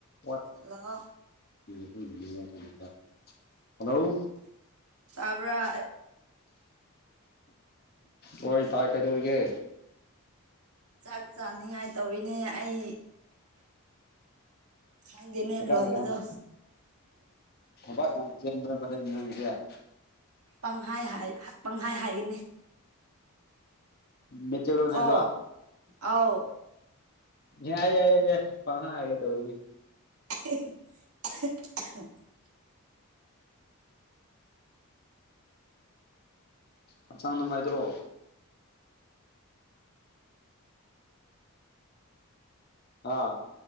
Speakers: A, on the left; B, on the right.
A: ꯋꯥꯠ
B: hello
A: <unintelligible> hello
B: ꯇꯥꯕꯔꯥ
A: ꯍꯣꯏ ꯇꯥꯏ ꯀꯩꯗꯧꯔꯤꯒꯦ
B: ꯆꯥꯛ ꯆꯥꯅꯤꯡꯉꯥꯏ ꯇꯧꯋꯤꯅꯦ ꯑꯩ ꯈꯪꯗꯦꯅꯦ
A: ꯊꯕꯛ
B: ꯂꯣꯟꯕꯗꯣ
A: ꯌꯥꯝ ꯊꯕꯛ ꯌꯥꯝ ꯆꯦꯟꯕ ꯃꯔ ꯅꯪꯒꯤꯁꯦ <inaudible>
B: ꯄꯪꯍꯥꯏ ꯄꯪꯍꯥꯏ ꯍꯥꯏꯒꯅꯤ
A: ꯃꯩꯇꯩꯂꯣꯟ
B: ꯀꯣ
A: ꯍꯥꯏꯕ
B: ꯑꯥꯎ
A: ꯌꯥꯢ ꯌꯥꯢ ꯌꯥꯢ ꯄꯪꯍꯥꯢ ꯍꯥꯢꯒꯗꯧꯕꯅꯤ
B: <unintelligible>
A: ꯍꯛꯆꯥꯡ ꯅꯨꯡꯉꯥꯏꯗ꯭ꯔꯣ ꯍꯥꯥ